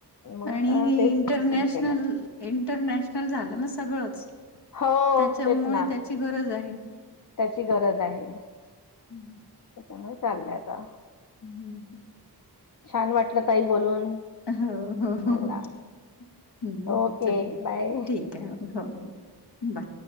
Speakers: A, on the left (about 50°); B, on the left (about 80°).
A: मग
B: आणि
A: आता
B: हे
A: तेच
B: इंटरनॅशनल
A: सुरू केलं
B: इंटरनॅशनल झालं ना सगळंच
A: हो
B: त्याच्यामुळे
A: तेच ना
B: त्याची गरज आहे.
A: त्याची गरज आहे.
B: हम्म हम्म.
A: च्यामुळे चाललंय आता.
B: हम्म हम्म.
A: छान वाटलं ताई बोलून.
B: हो हो हो
A: ला
B: हम्म
A: ओके
B: चला
A: बाय
B: ठीक आहे. हो हो बाय.